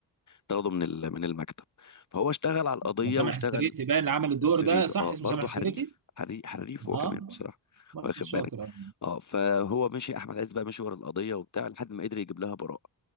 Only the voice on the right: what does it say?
كان سامح
السريتي باين اللي عمل الدور
ده صح
اسمه
سامح السريتي
اه
ممثل
شاطر
اه